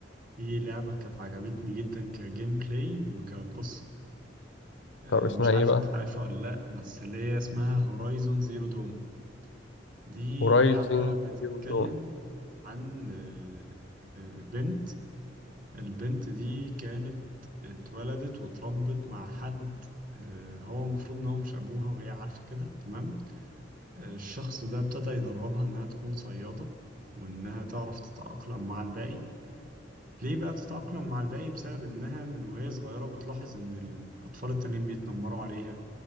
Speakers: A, on the right; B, on the left.
A: دي لعبة كانت عجبتني جدا كجيم بلاي وكقصة آه،
B: طب اسمها
A: مش عارف
B: ايه بقى
A: انت عارفها ولا لا بس اللي هي اسمها هورايزون زيرو دون دي
B: هورايزن
A: لعبة بتتكلم
B: زيرو دون
A: عن آه، آه، بنت البنت دي كانت اتولدت واتربت مع حد آه، هو المفروض ان هو مش ابوها وهي عارفة كده تمام آه، الشخص ده ابتدى يدربها انها تكون صيادة وانها تعرف تتأقلم مع الباقي ليه بقى تتأقلم مع الباقي بسبب انها من وهي صغيرة بتلاحظ ان الاطفال التانيين بيتنمروا عليها